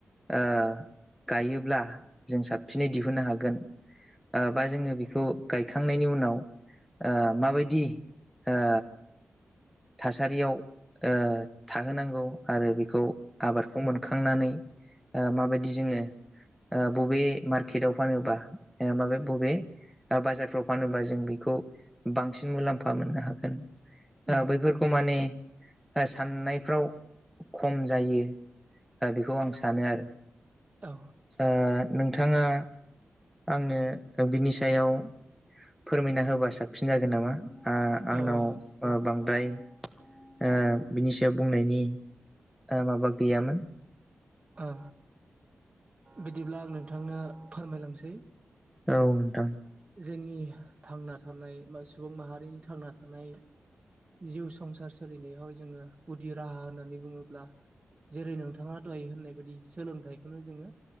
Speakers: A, in the centre; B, on the right.
A: ओ गायोब्ला जों साबसिनै दिहुननो हागोन ओ बा जोङो बेखौ गायखांनायनि उनाव ओ माबायदि ओ थासारियाव ओ थाहोनांगौ आरो बेखौ आबादखौ मोन मोनखांनानै माबायदि जोङो ओ बबे मार्केटाव फानोबा माबे बबे बाजारफ्राव फानोबा जों बेखौ बांसिन मुलाम्फा मोननो हागोन ओ
B: उम
A: बैफोरखौ माने ओ साननायफ्राव खम जायो ओ बेखौ आं सानो आरो
B: औ
A: ओ नोंथाङा आंनो बिनि सायाव फोरमायना होबा साबसिन जागोन नामा ओ आंनाव
B: औ
A: ओ बांद्राय ओ बिनि सायाव बुंनायनि ओ माबा गैयामोन
B: ओ बिदिब्ला आं नोंथांनो फोरमायलांसै
A: औ नोंथां।
B: जोंनि थांना थानाय बा सुबुं माहारिनि थांना थानाय जिउ संसार सोलिनायाव जोङो गुदि राहा होननानै बुङोब्ला जेरै नोंथाङा दहाय होननाय बायदि सोलोंथाइखौनो जोङो